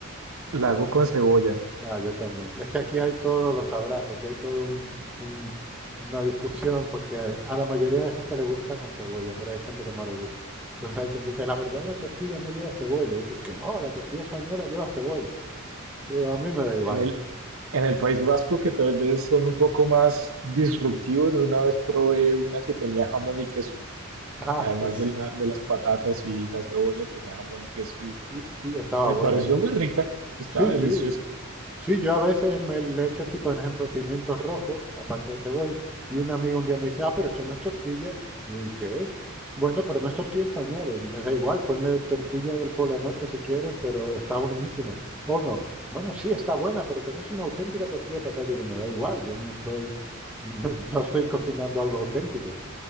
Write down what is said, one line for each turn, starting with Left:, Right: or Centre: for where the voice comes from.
Right: la hago con cebolla.
Centre: Ah, yo también. Es que aquí hay todo, lo sabrás, aquí hay todo un- un- una discusión porque a la mayoría de gente le gusta con cebolla, pero hay gente que no le gusta. Entonces hay quien dice, la verdadera tortilla no lleva cebolla, y otros que no, la tortilla española lleva cebolla. Y yo, a mí me da igual.
Right: En el, en el País Vasco, que tal vez son un poco más disruptivos, una vez probé una que tenía jamón y queso,
Centre: Ah,
Right: además
Centre: <laughs> sí.
Right: de, la- de las patatas y la cebolla, tenía jamón y queso y
Centre: Y, y estaba
Right: me
Centre: buena
Right: pareció
Centre: que...
Right: muy rica, estaba
Centre: Sí, sí.
Right: deliciosa.
Centre: Sí, yo a veces me le echo aquí, por ejemplo, pimientos rojos, aparte de cebolla, y una amiga un día me dice, ah, pero eso no es tortilla. Digo, ¿y qué es? Bueno, pero no es tortilla española, Digo, me da igual, ponle tortilla del Polo Norte si quieres, pero está <laughs> buenísima. O no, bueno, sí está buena, pero que no es una auténtica tortilla de patata. Digo, me da igual, yo no estoy, <laughs> no estoy cocinando algo auténtico,